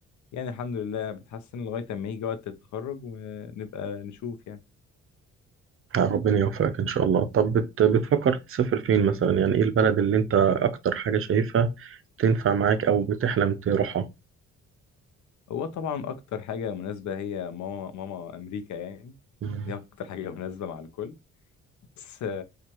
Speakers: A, on the left; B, on the right.
A: يعني الحمد لله بتحسن لغاية أما يجي وقت التخرج ونبقى نشوف يعني
B: آه، ربنا يوفقك إن شاء الله طب بت... بتفكر تسافر فين مثلا يعني إيه البلد اللي أنت أكتر حاجة شايفها تنفع معاك أو بتحلم تروحها
A: هو طبعا أكتر حاجة مناسبة هي ماما ماما أمريكا يعني
B: مم.
A: دي أكتر حاجة مناسبة مع الكل بس